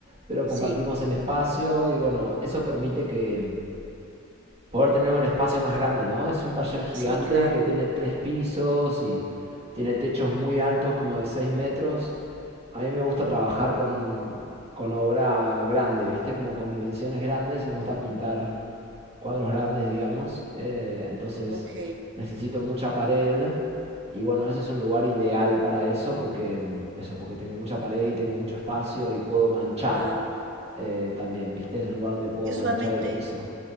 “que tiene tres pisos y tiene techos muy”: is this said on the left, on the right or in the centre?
Right